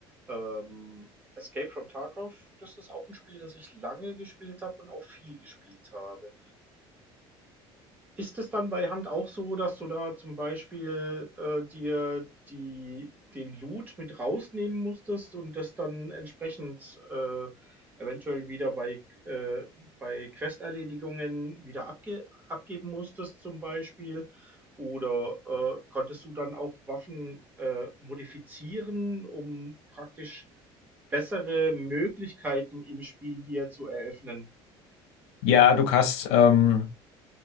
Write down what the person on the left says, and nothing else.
Ja, du hast ähm,